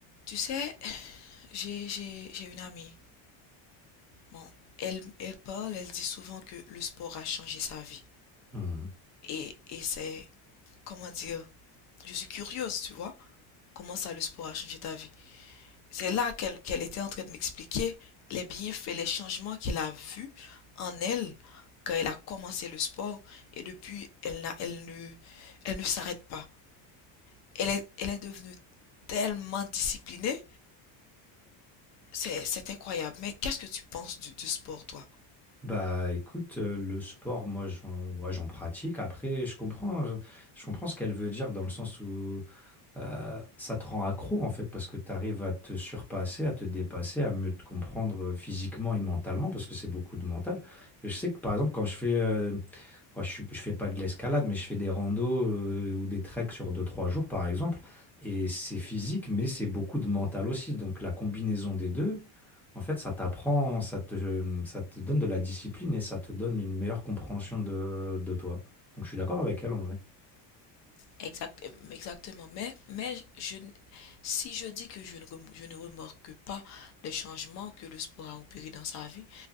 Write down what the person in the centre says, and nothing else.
Mmh.
Bah, écoute, heu, le sport, moi, j'en ouais, j'en pratique. Après, je comprends, je je comprends ce qu'elle veut dire dans le sens où euh, ça te rend accro en fait parce que tu arrives à te surpasser, à te dépasser, à mieux te comprendre euh, physiquement et mentalement parce que c'est beaucoup de mental. je sais que par exemple quand je fais, euh, moi, je, suis- je fais pas de l'escalade mais je fais des randos euh, ou des treks sur deux trois jours par exemple et c'est physique mais c'est beaucoup de mental aussi. Donc la combinaison des deux, en fait ça t'apprend, ça te, ça te donne de la discipline et ça te donne une meilleure compréhension de, de toi. Donc je suis d'accord avec elle en vrai.